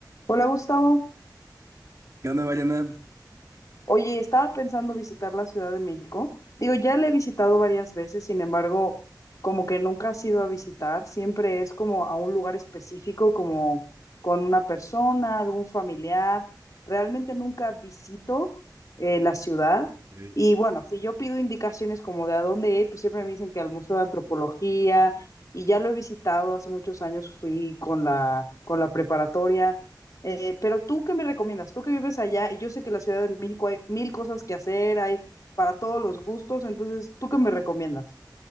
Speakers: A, on the left (about 50°); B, on the right (about 45°).
A: Hola Gustavo,
B: ¿Qué onda, Mariana?
A: oye, estaba pensando visitar la Ciudad de México. Digo, ya la he visitado varias veces, sin embargo, como que nunca has ido a visitar, siempre es como a un lugar específico, como con una persona, algún familiar. Realmente nunca visito eh, la ciudad.
B: Ey.
A: Y bueno, si yo pido indicaciones como de a dónde ir, pues siempre me dicen que al Museo de Antropología, y ya lo he visitado, hace muchos años fui con la, con la preparatoria. Eh, pero tú, ¿qué me recomiendas? Tú que vives allá, y yo sé que en la Ciudad de México hay mil cosas que hacer, hay para todos los gustos, entonces, ¿tú qué me recomiendas?